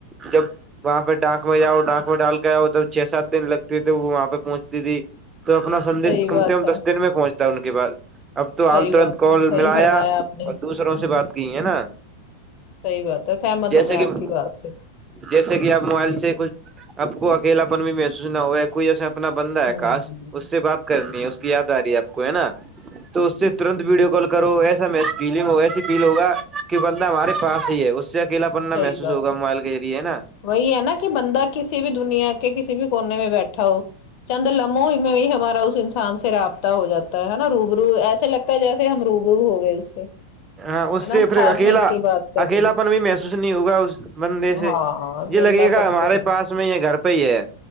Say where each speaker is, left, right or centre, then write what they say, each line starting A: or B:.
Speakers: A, on the right (about 20°); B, on the left (about 45°).
A: جب وہاں پہ ڈاک میں جاؤ ڈاک ذ میں ڈال کر کیا ادھر گچھ سات دن لگتے تھے وہ وہاں پہ پہنچتی تھی تو اپنا سندیش
B: صحیح
A: کم
B: بات
A: سے کم
B: ہے
A: دس دن میں پہنچ ان کے بعد اب تو
B: صحیح
A: حال ترنت
B: بات
A: کال
B: ہے صحیح
A: ملایا
B: فرمایا آپ نے
A: اور دوسروں سے
B: ہ
A: بات کی ہے نا
B: صحیح بات ہے سہمت
A: جیسے
B: ہوں میں
A: کہ
B: آپ کی بات سے
A: جیسے کہ آپ موبائل سے کچھ آپ کو اکیلا پن بھی محسوس نہ ہوا ہے کوئی ایسے اپنا بندہ ہے
B: ہوں
A: کاش اس سے بات کرنی ہے اس کی یاد آ رہی ہے آپ کو ہے نا تو اس سے ترنت ویڈیو کال کرو ایسا فیلنگ ہو ایسی فیل ہوگا کہ بندہ ہمارے پاس ہی ہے اس سے اکلا پن
B: صحیح
A: نا محسوس
B: بات
A: ہوگا
B: ہے
A: موبائل کے ذریعے ہے نا
B: وہی ہے نا کہ بندہ کسی بھی دنیا کے کسی بھی کونے میں بیٹھا ہو چند لمحوں میں بھی ہمارا اس انسان سے رابطہ ہو جاتا ہے نا روبرو ایسے لگ تا جیسے ہم روبرو ہو گئے اس سے
A: ہاں اس
B: نا
A: سے پھر
B: ساتھ
A: اکیلا
B: مل کے بات کر
A: اکیلا
B: رہی
A: پن بھی محسوس نہیں ہوگا اس بندے
B: ہاں
A: سے
B: اکیلا
A: یہ لگے گا
B: پن
A: ہمارے
B: تو ہوں
A: پاس میں یہ گھر پہ ہی ہے